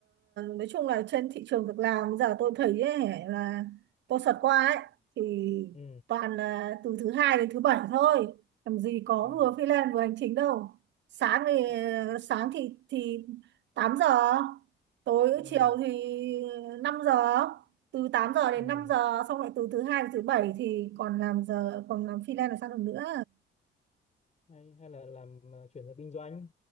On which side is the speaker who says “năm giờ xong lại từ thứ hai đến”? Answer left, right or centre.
Right